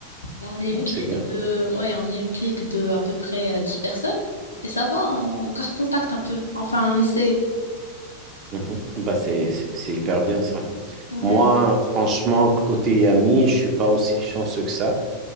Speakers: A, on the left (about 80°); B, on the right (about 35°).
A: On est une
B: Non,
A: clique
B: C'est bien.
A: de, ouais, on est une clique de à peu près euh, 10 personnes. Et ça va, on garde contact un peu. Enfin, on essaie.
B: Mhm. Bah, c'est, c'est, c'est hyper bien, ça.
A: Ouais.
B: Moi, franchement, côté ami, je suis pas aussi chanceux que ça.